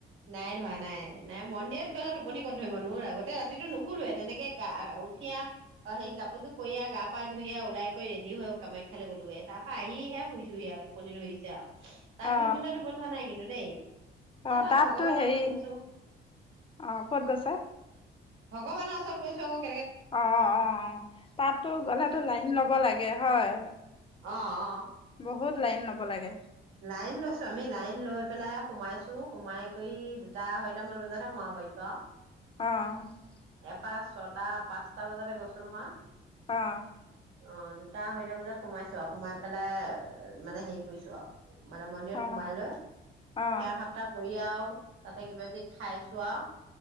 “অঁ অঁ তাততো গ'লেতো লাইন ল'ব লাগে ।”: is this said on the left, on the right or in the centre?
Left